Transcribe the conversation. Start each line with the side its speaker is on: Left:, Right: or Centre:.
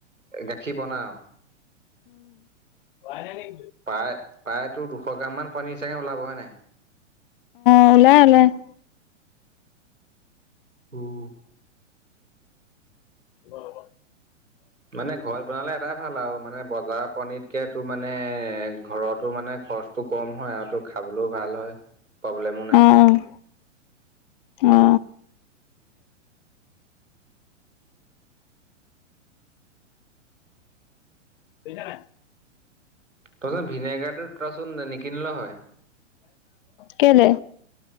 Right: গাখীৰ বনাও।
Left: হোৱাই নাই নেকি?
Right: প্ৰায় প্ৰায়তো দুশ গ্ৰাম মান, পানীৰ চাগে ওলাব হয় নাই।
Left: <inaudible>
Right: উম,
Left: হয়।
Right: মানে ঘৰত বনালে এটাই ভাল আৰু মানে বজাৰৰ পনিতকে তোৰ মানে, এই ঘৰতো মানে খৰচ টো, কম হয় আৰু তোৰ খাবলৈও ভাল হয় প্ৰব্লেমো নাই।
Left: অ' অ, বুজা নাই?
Right: তই ভিনেগাৰটো তইচোন নিকিনিলেও হয়।
Left: কেলে?